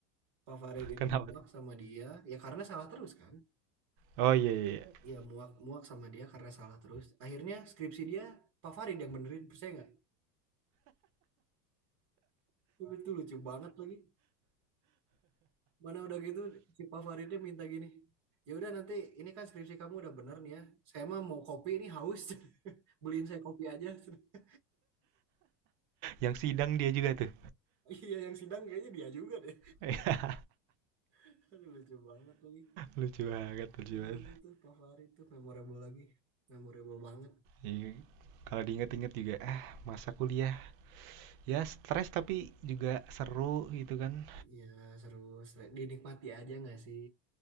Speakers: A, on the right (about 40°); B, on the right (about 65°).
A: Pak Farid
B: kenapa?
A: ini muak
B: tuh?
A: sama dia, ya karena salah terus kan?
B: Oh, iya iya iya.
A: Ya muak muak sama dia karena salah terus. Akhirnya skripsi dia Pak Farid yang benerin, percaya nggak? Itu lucu banget lagi. Mana udah gitu si Pak Faridnya minta gini. Ya udah nanti ini kan skripsi kamu udah bener nih ya. Saya mah mau kopi ini haus. <laughs> Beliin saya kopi aja. <laughs>
B: Yang sidang dia juga tuh.
A: Iya yang sidang kayaknya dia juga deh.
B: <laughs>
A: <laughs> lucu banget lagi.
B: Lucu banget lucu
A: Iya
B: banget.
A: itu tuh Pak Farid tuh memorable lagi. Memorable banget.
B: Jadi, kalau diinget-inget juga ah masa kuliah ya stres tapi juga seru gitu kan
A: Iya seru, stre- dinikmati aja nggak sih?